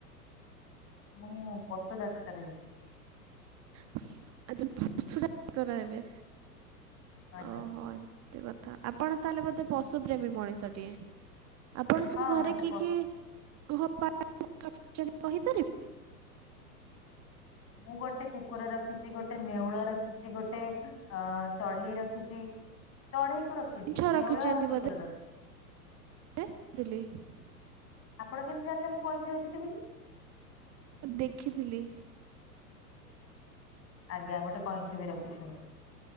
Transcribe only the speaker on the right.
<unintelligible> ଡାକ୍ତର ହେବେ
ଓହୋ। ଏତେ କଥା ଆପଣ ତାହେଲେ ବୋଧେ ପଶୁପ୍ରେମୀ ମଣିଷଟିଏ ଆପଣ ସବୁ
ଘରେ
କି
କି ଗୃହ <unintelligible> କହିପାରିବେ।
ଛଅ
ରଖିଛନ୍ତି
ବୋଧେ
<inaudible>
ମୁଁ ଦେଖିଥିଲି।